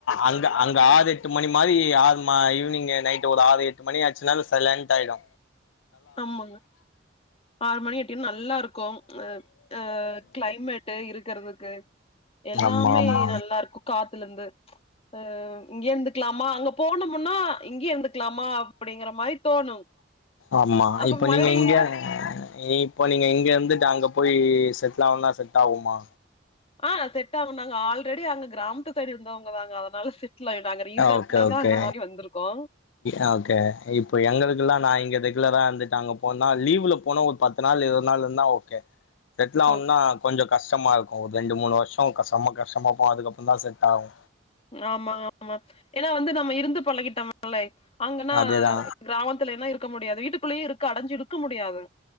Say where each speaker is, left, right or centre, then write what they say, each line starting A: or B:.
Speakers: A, on the left; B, on the left.
A: அங்க அங்க ஆதே எட்டு மணி மாரி ஆறு மா ஈவினிங் நைட் ஒரு ஆறு எட்டு மணி ஆச்சுனா <unintelligible> சைலண்ட் ஆய்டு
B: ஆம்மாங்க ஆறுமணி எட் கேனு நல்லா இருக்கு அ அ க்ளைமேட்டு இருக்கறதுக்கு எல்லாமே
A: ஆமா ஆமா
B: நல்லாருக்கு காத்துலேந்து ஆ இங்கே இந்துக்கலாமா அங்க போனமுன்னா இங்கே இந்துக்கலாமா அப்டிங்கிற மாரி தோணு
A: ஆம்மா
B: அப்ப
A: இப்ப
B: மறுபடியு
A: நீங்க இங்க இப் இப்போ நீங்க இங்க இருந்துட்டு அங்க போய் செட்ல ஆணுனா செட் ஆகுமா
B: ஆ செட் ஆகு நாங்க ஆல்ரெடி அங்க கிராமத்து சைடு இருந்தவங்க தாங்க அதனால செட் ட்லாய் நாங்க ரீசண்டா
A: ஓகே ஓகே
B: தா இந்த மாரி வந்துருக்கோ
A: ஓகே இப்ப எங்குளுக்குல்லா நா இங்க ரெகுலரா இந்துட்டு அங்க போனா லீவ்ல போனா ஒரு பத் நாள் இருவது நாள் இருந்தா ஓகே செட்லா ஆகுனுனா
B: ஓகே
A: கொஞ்சோ கஷ்டமா இருக்கு ஒரு ரெண்டு மூணு வருஷோ செம கஷ்டமா போவு அதுக்கப்பறந்தா செட் ஆகு
B: ஆம்மாங்க ஆமா ஏன்னா வந்து நம்ம இருந்து பழகிட்டோம்ல்லே அங்கனா
A: அதேதா
B: கிராமத்துலனா இருக்க முடியாது வீட்டுகுள்ளே இருக்க அடஞ்சு இருக்க முடியாது